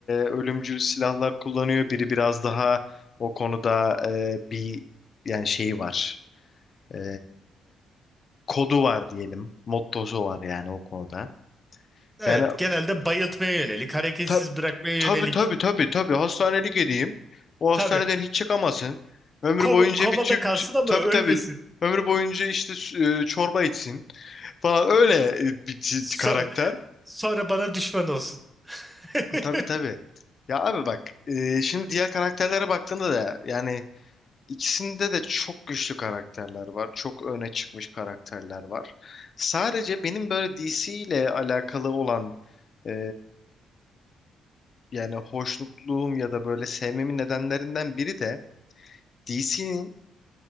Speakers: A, on the left; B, in the centre.
A: ölümcül silahlar kullanıyor, biri biraz daha o konuda e, bir yani şeyi var. E, kodu var diyelim, mottosu var yani o konuda.
B: evet
A: Yani
B: genelde bayıltmaya yönelik, hareketsiz
A: ta,
B: bırakmaya yönelik.
A: tabii tabii tabii tabii hastanelik edeyim. O hastaneden
B: Tabii
A: hiç çıkamasın. Ömrü
B: koma-
A: boyunca
B: komada
A: bir tüp
B: kalsın
A: tüp-
B: ama
A: tabii
B: ölmesin.
A: tabii ömrü boyunca işte e, çorba içsin falan öyle e, bir t-
B: So-
A: karakter.
B: sonra bana düşman olsun. <laughs>
A: Tabii tabii. Ya abi bak e, şimdi diğer karakterlere baktığında da yani ikisinde de çok güçlü karakterler var. Çok öne çıkmış karakterler var. Sadece benim böyle DC ile alakalı olan e, yani hoşnutluğum ya da böyle sevmemin nedenlerinden biri de DC'nin